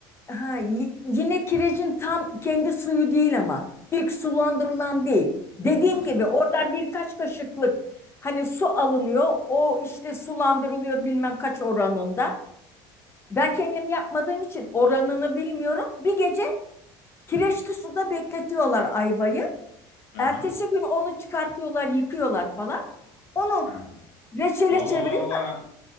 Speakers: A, on the left; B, on the left.
A: ha, y- yine kirecin tam kendi suyu değil ama ilk sulandırılan değil. Dediğim
B: Nasıl?
A: gibi oradan birkaç kaşıklık hani su alınıyor. O işte sulandırılıyor bilmem kaç oranında. Ben kendim yapmadığım için oranını bilmiyorum. Bir gece Kireçli suda bekletiyorlar ayvayı.
B: Aha.
A: Ertesi gün onu çıkartıyorlar, yıkıyorlar falan. Onu
B: Ha.
A: reçele
B: Abla
A: çeviriyor
B: valla